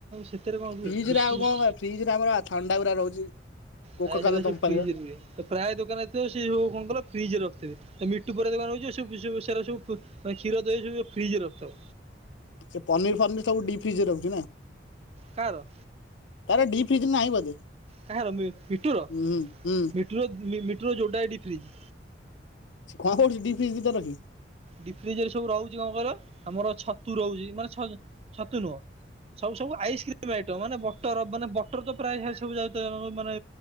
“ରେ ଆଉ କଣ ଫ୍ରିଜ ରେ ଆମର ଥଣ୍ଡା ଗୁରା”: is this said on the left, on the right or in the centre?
Left